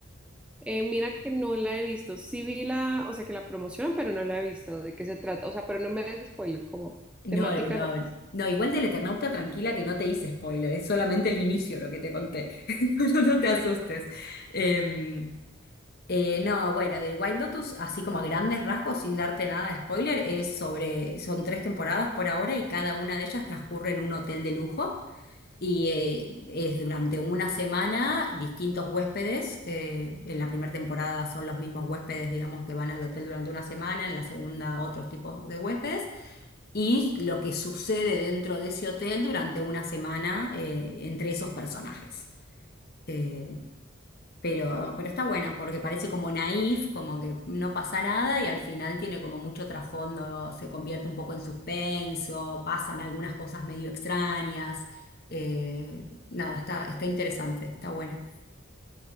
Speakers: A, in the centre; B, on the left (about 50°).
A: Eh, mira que no la he visto. Sí vi la, o sea, que la promocionan, pero no la he visto. ¿De qué se trata? O sea, pero no me des spoiler, como
B: No,
A: temática
B: no, no,
A: no.
B: no, igual del Eternauta, tranquila que no te hice spoiler, es solamente el inicio lo que te conté. <laughs> No, no, no te asustes. Em, Eh, no, bueno, del White Lotus, así como a grandes rasgos, sin darte nada de spoiler, es sobre, son tres temporadas por ahora y cada una de ellas transcurre en un hotel de lujo y eh, es durante una semana distintos huéspedes. eh, en la primera temporada son los mismos huéspedes, digamos, que van al hotel durante una semana, en la segunda otros tipos de huéspedes y lo que sucede dentro de ese hotel durante una semana eh, entre esos personajes. Eh, pero, pero está buena porque parece como naif, como que no pasa nada y al final tiene como mucho trasfondo, se convierte un poco en suspenso, pasan algunas cosas medio extrañas. Eh, nada, está, está interesante, está buena.